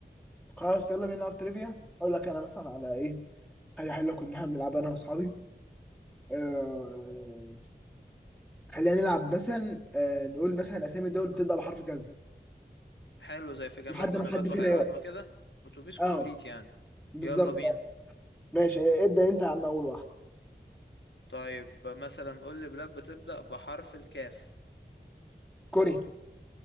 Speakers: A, in the centre; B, on the left (about 80°).
A: خلاص يلا بينا نلعب تريفيا اقول لك انا مثلا على ايه حاجة حلوة كنا بنلعبها انا واصحابي آه... خلينا نلعب مثلا آه... نقول مثلا اسامي دول بتبدأ بحرف كذا
B: حلو زي في جماد
A: لحد
B: ونبات
A: ما حد فينا
B: وحيوان
A: يقعد
B: وكده اتوبيس
A: اه
B: كومبليت يعني
A: بالظبط
B: يلا بينا
A: آه. ماشي آه، ابدأ انت يا عم اول واحد
B: طيب مثلا قول لي بلاد بتبدا بحرف الكاف
A: كوريا